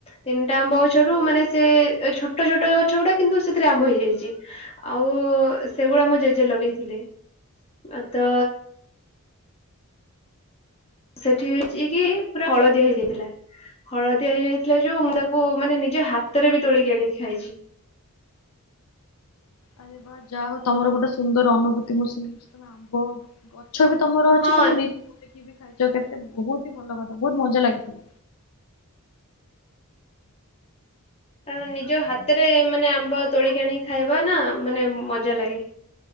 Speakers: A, on the left (about 25°); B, on the left (about 75°).
A: ତିନଟା ଆମ୍ବ ଗଛରୁ ମାନେ ସେ ଏ ଛୋଟ ଛୋଟ ଗଛ ଗୁଡା କିନ୍ତୁ ସେଥିରେ ଆମ୍ୱ ହେଇଯାଇଛି ଆଉ ସେଗୁଡା ମୋ ଜେଜେ ଲଗେଇଥିଲେ। ଆ ତ। ସେଠି ହେଇଛି କି ପୁରା ହଳଦିଆ ହେଇଯାଇଥିଲା। ହଳଦିଆ ହେଇଯାଇଥିଲା ଯୋଉ ମୁଁ ତାକୁ ମାନେ ନିଜେ ହାତରେ ବି ତୋଳିକି ଆଣିକି ଖାଇଛି।
B: ଆରେ ୱା ଯାହା ହଉ ତମର ଗୋଟେ ସୁନ୍ଦର ଅନୁଭୂତି ମୁଁ ଶୁଣିଲି ଯେ ତମେ ଆମ୍ବ ବ ଗଛ ବି ତମର ଅଛି
A: ହଁ
B: ତମେ ନି ତୋଳିକି ବି ଖାଇଛ କେତେ ବହୁତ ହି ଭଲ କଥା ବହୁତ ମଜା ଲାଗିଥି।
A: କାରଣ ନିଜ ହାତରେ ମାନେ ଆମ୍ବ ତୋଳିିକି ଆଣି ଖାଇବ ନା ଉଁ ମାନେ ଉଁ ମଜା ଲାଗେ।